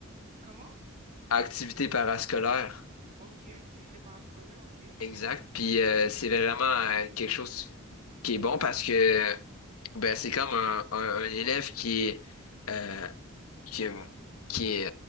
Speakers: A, on the right; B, on the left.
A: Comment?
B: Activité parascolaire.
A: Ok, activité parascolaire, ok.
B: Exact. Puis euh,
A: Ouais.
B: c'est vraiment euh, quelque chose qui est bon parce que ben c'est comme un, un, un élève qui est euh, qui, qui est